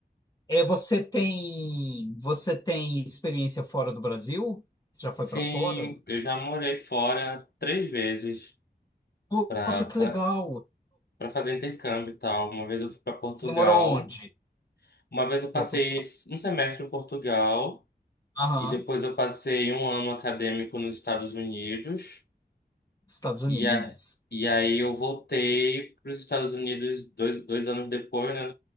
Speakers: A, on the left; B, on the left.
A: É, você tem, você tem experiência fora do Brasil? Você já foi
B: Sim,
A: para fora?
B: eu já morei fora três vezes
A: Poxa,
B: para
A: que
B: para
A: legal.
B: para fazer intercâmbio e tal. Uma vez eu fui para Portugal,
A: Você morou onde?
B: uma vez eu passei
A: Portugal.
B: um semestre em Portugal
A: Aham,
B: e depois eu passei um ano acadêmico nos Estados Unidos.
A: Estados Unidos.
B: E, a, e aí eu voltei para os Estados Unidos dois, dois anos depois, né,